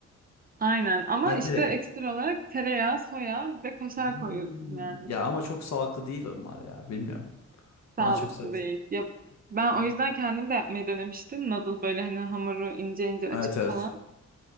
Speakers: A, on the right (about 30°); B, on the left (about 65°).
A: Aynen ama
B: Ha direkt.
A: işte ekstra olarak tereyağı, soya bir de kaşar
B: Hmm,
A: koyuyorsun yani.
B: Ya ama çok sağlıklı değil onlar ya. Bilmiyorum.
A: Sağlıklı
B: Bana çok sağlıklı.
A: değil. Ya ben
B: Evet
A: o yüzden kendim de yapmayı denemiştim. Noodle böyle hani hamuru ince ince açıp
B: evet. evet.
A: falan.